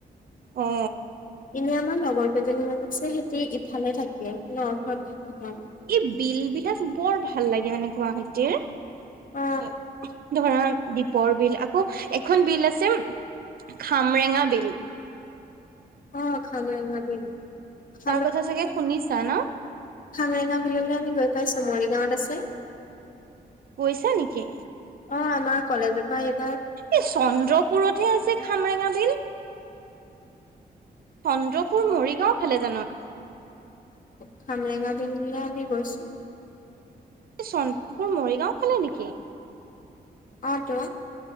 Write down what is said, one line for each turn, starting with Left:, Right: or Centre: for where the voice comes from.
Right: অ
Left: এনে আমাৰ লগৰ কেইজনী মান আছে সেতি ইফালে থাকে থাকে <inaudible>
Right: এই বিল বিলাক বৰ ভাল লাগে মানে গুৱাহাটীৰ
Left: অ
Right: ধৰা দী বৰ বিল আকৌ এখন বিল আছে খামৰেঙা বিল
Left: অ খানা গালি উমহ
Right: তাৰ কথা চাগে শুনিছা ন
Left: প্ৰায় চুমৰি গাঁৱত আছে
Right: গৈছা নেকি
Left: অ আমাৰ কলেজৰ পৰা এই
Right: এই চন্দ্ৰপুৰতহে আছে খামৰেঙা বিল চন্দ্ৰ পুৰ মৰিগাঁও ফালে জানো
Left: খামেঙা বিললে আমি গৈছো
Right: এই চন্দ্ৰপুৰ মৰিগাঁও ফালে নেকি
Left: অ টো